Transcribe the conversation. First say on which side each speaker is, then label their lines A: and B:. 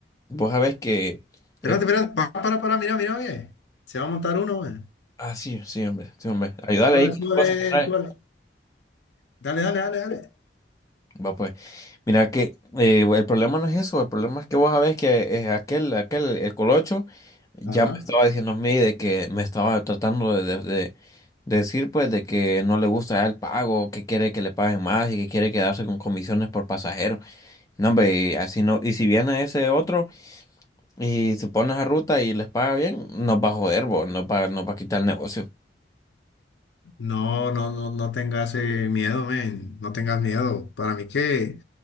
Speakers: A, on the left; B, on the left.
A: vos sabés que,
B: Espérate,
A: es-
B: espérate, para, para, para, mira, mira, ve. Se va a montar uno, man.
A: ah, sí, sí, hombre, sí, hombre, ayúdale
B: Sube,
A: ahí con
B: sube,
A: las cosas que trae.
B: sube. Dale, dale, dale, dale.
A: Va pues, mira que eh, el problema no es eso, el problema es que vos sabés que eh, aquel, aquel, el colocho, ya
B: Ajá.
A: me estaba diciendo a mí de que me estaba tratando de, de- de decir pues de que no le gusta el pago, que quiere que le paguen más y que quiere quedarse con comisiones por pasajero. No, hombre, y así no, y si viene ese otro y se pone esa ruta y les paga bien, nos va a joder, vos, nos va, nos va a quitar el negocio.
B: No, no, no, no tengas eh, miedo, men, no tengas miedo. Para mí que